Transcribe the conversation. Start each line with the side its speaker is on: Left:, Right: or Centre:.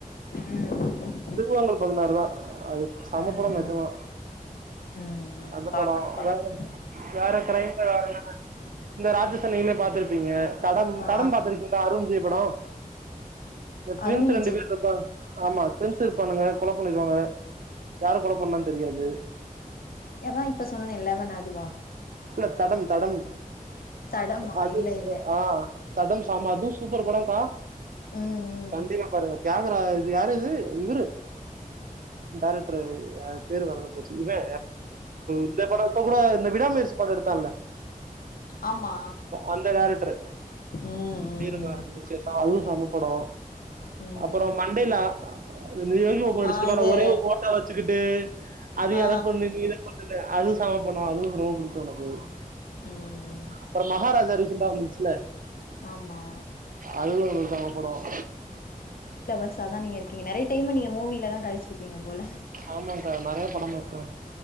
Left: ம்
Right: துருவங்கல் பதினாறு தான் அது செமப்படம்
Left: ம்
Right: நெஞ்சமா
Left: ம்
Right: அந்த
Left: பாக்கணு
Right: படம்
Left: பாக்கணு
Right: வேற வேற கிரம்ல வேற இந்த ராஜசன்னையுமே பார்த்திருப்பீங்க தடம்
Left: ஆ
Right: தடம் பார்த்திருக்கீங்களா அருண் விஜய்ப்படம் <inaudible> இந்த ட்வின்ஸ்
Left: அருண் விஜய்
Right: ரெண்டு பேர் இருப்பா ஆமா ட்வின்ஸ்இருபண்ணுங்க கொலை பண்ணிருவாங்க யார் கொலை பண்ணுனானு தெரியாது
Left: அதான் இப்ப சொன்னும்னு எல்லாமே அதுவா
Right: இல்ல தடம் தடம்
Left: தடமா
Right: அது
Left: இல்ல இல்ல
Right: ஆஹ் தடம் ஆமா அதுவும் சூப்பர் படாக்கா
Left: ம் ம்
Right: கண்டிப்பா பாருங்க தியாகரா இது யாரு இது இவரு டைரக்டரு பேரு மறந்து போச்சு இவ இந்த படம் இப்ப கூட விடாமுயற்சி படம் எடுத்தால
Left: ஆமா
Right: அந்த டைரக்டரு
Left: ம் ம்
Right: பேர் மறந்து
Left: ம்
Right: போச்சு அதுவும் சமப்படும்
Left: ம்
Right: அப்புறம் மண்டேலா யோகிபாபு நடிச்சப்ப
Left: ஆ இது
Right: ஒரே ஓட்டச்ச செக்கடை அது
Left: ஆ
Right: அததை பண்ணு நீ இத பண்ணு அது ச பனும் அது ரொம்பக்கும் எனக்கு
Left: உஹம்
Right: அப்புறம் மகாராஜா ரீசன்ண்டா வந்துச்சுல
Left: ஆமா
Right: அதுவும் ஹிட்டான படம்
Left: தான் நீங்க இருக்கீங்க நிறைய டைம் நீங்க மூவியில தான் கழுச்சிருக்கீங்க போல
Right: ஆமாங்கக்கா நிறைய படம் பார்ப்பேன்